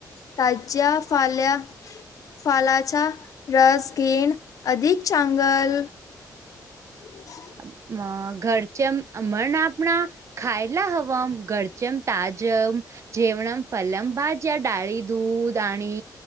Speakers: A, on the left; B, on the right.
A: ताज्या पाल्या फालाचा रस अधीक चांगल. <inaudible>
B: अ घरचेम <unintelligible> मरण आपणा खायला हव <unintelligible> डाळी दूध आणि